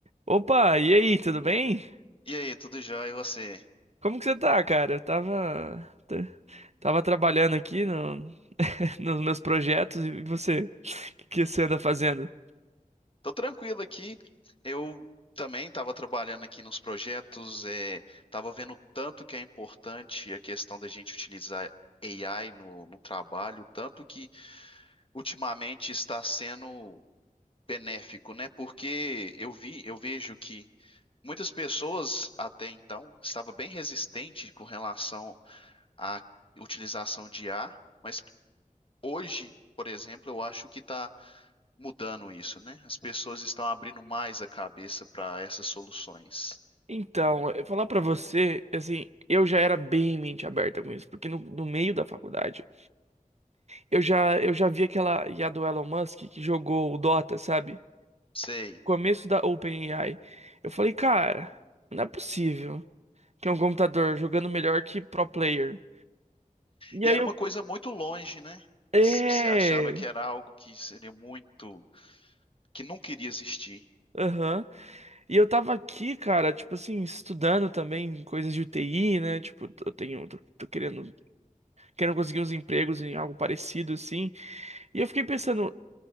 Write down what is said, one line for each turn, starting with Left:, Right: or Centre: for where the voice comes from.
Right: Opa, e aí, tudo bem?
Left: E aí, tudo jóia? E você?
Right: Como que você tá, cara? Eu tava, t- tava trabalhando aqui no, <laughs> nos meus projetos e você, o que que você anda fazendo?
Left: Tô tranquilo aqui. Eu também estava trabalhando aqui nos projetos, é, estava vendo o tanto que é importante a questão da gente utilizar AI no, no trabalho, tanto que ultimamente está sendo benéfico, né? Porque eu vi, eu vejo que muitas pessoas até então estavam bem resistentes com relação à utilização de IA, mas hoje, por exemplo, eu acho que está mudando isso, né? As pessoas estão abrindo mais a cabeça para essas soluções.
Right: Então, eu falar pra você, assim, eu já era bem mente aberta com isso, porque no, no meio da faculdade, eu já, eu já vi aquela IA do Elon Musk que jogou o Dota, sabe?
Left: Sei.
Right: Começo da OpenAI. Eu falei, cara, não é possível que é um computador jogando melhor que pro player. E
Left: E
Right: aí
Left: era
Right: eu...
Left: uma coisa muito longe, né?
Right: É...
Left: Se Você achava que era algo que seria muito, que nunca iria existir.
Right: Aham. E eu tava aqui, cara, tipo assim, estudando também coisas de UTI, né? Tipo, eu tenho, tô, tô querendo, querendo conseguir uns empregos em algo parecido, assim. E eu fiquei pensando,